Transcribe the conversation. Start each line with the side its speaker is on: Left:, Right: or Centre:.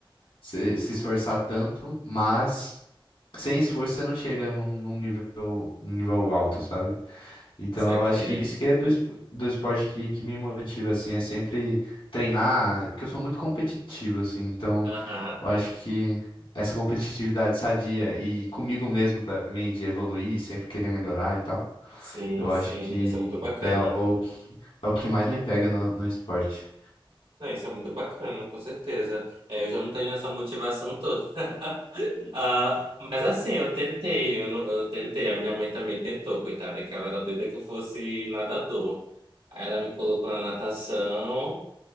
Left: se se esforçar tanto, mas sem esforço você não chega num, num nível, num nível alto, sabe? Então
Right: saquei.
Left: eu acho que isso que é do, es- do esporte que, que me motiva, assim, é sempre treinar, porque eu sou muito competitivo, assim, então
Right: Aham,
Left: eu acho que essa competitividade sadia e comigo mesmo também, de evoluir, sempre querer melhorar e tal,
Right: Sim,
Left: eu
Right: sim,
Left: acho que
Right: isso é muito bacana.
Left: é o que, é o que mais me pega no, no esporte.
Right: Não, isso é muito bacana, com certeza. É, eu já não tenho essa motivação toda. <laughs> Ah, mas assim, eu tentei, eu, não- eu tentei, a minha mãe também tentou, coitada, que ela era doida que eu fosse nadador. Aí ela me colocou na natação,